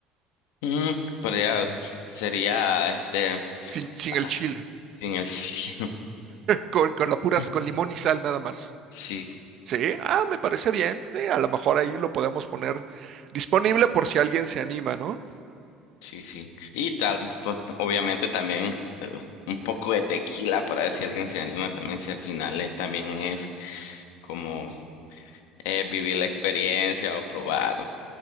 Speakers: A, on the left; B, on the right.
A: Mm, podría- sería este
B: sin, sin el
A: as-
B: chile.
A: sin el chile.
B: Con, con la puras,
A: <laughs>
B: con limón y sal nada más.
A: Sí,
B: Sí, ah, me parece bien. Eh, a lo mejor ahí lo podemos poner disponible por si alguien se anima, ¿no?
A: sí, sí. Y tal, pues, obviamente también pero un poco de tequila para ver si alguien se anima también, si al final eh, también es como eh, vivir la experiencia o probar.